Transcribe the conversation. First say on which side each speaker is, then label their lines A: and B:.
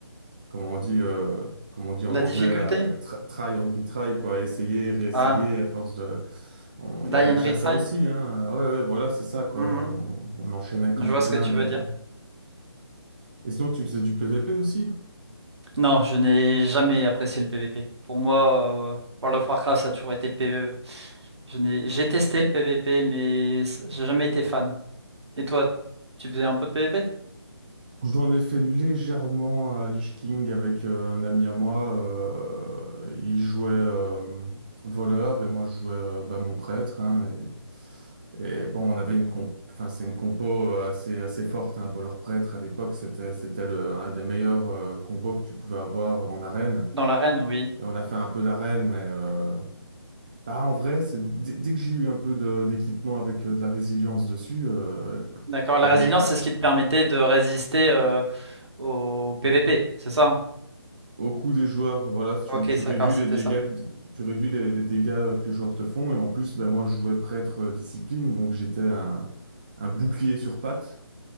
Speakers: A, on the right; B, on the right.
A: comment on dit, euh, comment on dit en
B: La
A: anglais,
B: difficulté?
A: là, tra- try and retry, quoi, essayer, réessayer,
B: Ah,
A: à force de... on- Il
B: die
A: y avait
B: and
A: déjà
B: retry?
A: ça aussi, hein. Ouais, ouais, voilà, c'est ça, quoi.
B: Mhm.
A: On, on enchaînait quand
B: Je
A: même
B: vois ce
A: bien
B: que tu
A: les...
B: veux dire.
A: Et sinon, tu faisais du PVP aussi?
B: Non, je n'ai jamais apprécié le PVP. Pour moi, euh, World of Warcraft, ça a toujours été PVE. Je n'ai... J'ai testé le PVP, mais c- j'ai jamais été fan. Et toi, tu faisais un peu de PVP?
A: Je dois en effet légèrement à Lich King avec euh, un ami à moi. euh, il jouait euh, voleur et moi je jouais euh, bah, mon prêtre. hein, et, et bon, on avait une comp- enfin, c'est une compo assez assez forte. un voleur prêtre à l'époque c'était c'était le- un des meilleurs euh, combos que tu pouvais avoir en arène.
B: Dans l'arène, oui.
A: Et on a fait un peu d'arène, mais euh, bah, en vrai, c'est dès dès que j'ai eu un peu de- d'équipement avec euh, de la résilience dessus, euh,
B: D'accord.
A: avec
B: La résilience, c'est ce qui te permettait de résister euh, au PVP, c'est ça? hein
A: Au coût des joueurs, voilà, tu,
B: Ok,
A: tu réduis
B: d'accord, c'était
A: les dégâts,
B: ça.
A: que- tu réduis les, les dégâts que les joueurs te font. Et en plus, ben, moi, je jouais prêtre euh, discipline, donc j'étais un, un bouclier sur pattes.